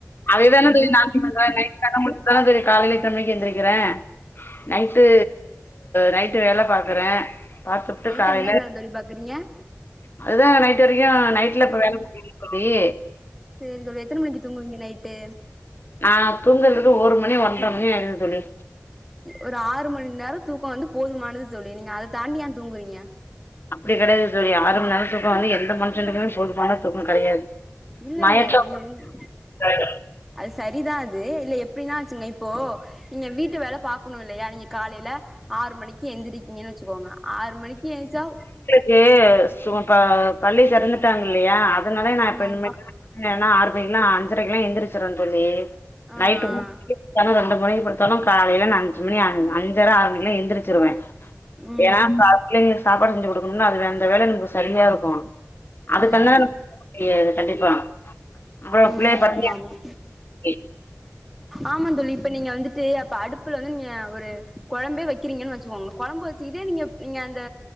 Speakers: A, on the left (about 45°); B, in the centre.
A: அதே தான தோழி நானு பண்ற நைட் கண்ண முழிச்சி தான தோழி காலைல இத்தன மணிக்கு எந்திருக்கிற நைட்டு நைட்டு வேல பாக்குற பா்த்துபுட்டு
B: நைட்
A: காலைல
B: என்ன வேல தோழி பாக்குறீங்க
A: அதுதா நைட் வரைக்கு நைட்ல இப்ப வேல குடுத்துக்குரியே நீ இப்ப நீ
B: சரி இதோட எத்தன மணிக்கு தூங்குவீங்க நைட்டு
A: நானா தூங்குறதுக்கு ஒரு மணி ஒன்ற மணி ஆயிரு தோழி
B: ஒரு ஆறு மணி நேர தூக்க வந்து போதுமானது தோழி நீங்க அத தாண்டியே தூங்குறீங்க
A: அப்டி கெடையாது தோழி ஆறு மணி நேர தூக்க வந்து எந்த மனுஷனுக்குமே போதுமானா தூக்க கெடையாது
B: இல்லல்ல
A: மயக்க
B: நீங்க வந்து அது சரிதா அது இல்ல எப்டின்னா வச்சுங்க இப்போ நீங்க வீட்டு வேல பாக்கணுல்லயா நீங்க காலைல ஆறு மணிக்கு எந்திரிக்கீங்கன்னு வச்சுக்கோங்க ஆறு மணிக்கு எந்ச்சா
A: வேயர்ஸ் இப்ப பள்ளி தெறந்துட்டாங்க இல்லயா அதனால நா
B: ஆமா
A: இப்ப இனிமேட்
B: ஆமா
A: இல்லன்னா ஆறு மணிக்குல்லா அஞ்சரைக்குல்லா எந்திருச்சுருவா தோழி
B: ஆ ஆ
A: நைட்டு முட்டிக்கு பன்ரெண்டு மணிக்கு படு தோன காலைல நா அஞ்சு மணி அஞ்சர ஆறு மணிக்குலா எந்திரிச்சிருவே
B: ம்
A: ஏன்னா பிள்ளைகளுக்கு சாப்பாடு செஞ்சு குடுக்கணும்னா அது அந்த வேலை எனக்கு சரியாருக்கு அதுக்கன்னர
B: ம்
A: முடியாது கண்டிப்பா அப்புறோ
B: ம்
A: பிள்ளைய பட்னியா
B: ஆமா மா
A: இருக்க
B: ஆமா தோழி இப்ப நீங்க வந்துட்டு அப்ப அடுப்புல வந்து நீங்க ஒரு கொழம்பே வக்கிறீங்கன் வச்சுக்கோங்க கொழம்பு இதே நீங்க நீங்க அந்த